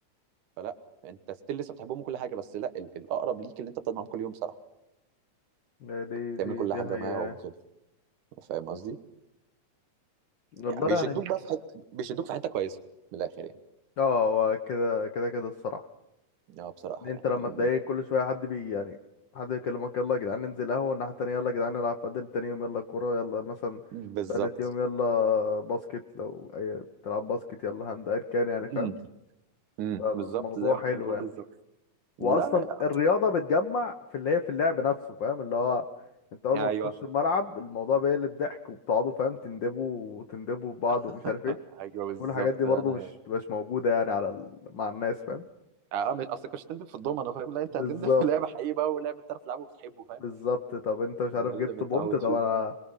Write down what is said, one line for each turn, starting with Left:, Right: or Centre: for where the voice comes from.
Right: فلا انت ستيل لسه بتحبهم وكل حاجه بس لا ال- الاقرب ليك اللي انت بتقعد معاهم كل يوم صراحه
Left: لا، دي
Right: تعمل
Left: دي
Right: كل
Left: دي
Right: حاجه
Left: هي
Right: معاهم وكده فاهم قصدي؟
Left: والله
Right: يعني بيشدوك
Left: يعني
Right: بقى في حته بيشدوك في حته كويسه من الاخر يعني
Left: اه هو كده كده كده الصراحة
Right: اه بصراحه
Left: إن انت
Right: يعني
Left: لما تلاقي كل شوية حد بي يعني حد يكلمك يلا يا جدعان ننزل قهوة الناحية التانية يلا يا جدعان نلعب بدل تاني يوم يلا كورة يلا مثلا
Right: بالظبط
Left: تالت يوم يلا باسكت لو أي بتلعب باسكت يلا هاند أيا كان يعني
Right: امم
Left: فاهم
Right: امم
Left: فالموضوع
Right: بالظبط زي ما
Left: حلو
Right: انت بتقول
Left: يعني
Right: بالظبط
Left: واصلا
Right: لا
Left: الرياضه بتجمع في اللي هي في اللعب نفسه فاهم اللي هو انت اول
Right: ايوه
Left: ما بتخش الملعب الموضوع بيقلب ضحك وبتقعدوا فاهم تندبوا وتندبوا في بعض
Right: <laughs>
Left: ومش عارف ايه
Right: ايوه بالظبط
Left: كل الحاجات دي برضو
Right: انا
Left: مش مش موجوده يعني على ال... مع الناس فاهم
Right: اه مش اصل كنتش تندب في الدومنه فاهم لا انت
Left: بالظبط
Right: هتندب في لعبه حقيقي بقى ولعبه بتعرف تلعبه وبتحبه فاهم
Left: بالظبط طب انت مش عارف
Right: ده اللي
Left: جبت
Right: متعود
Left: بونت طب
Right: فيه
Left: انا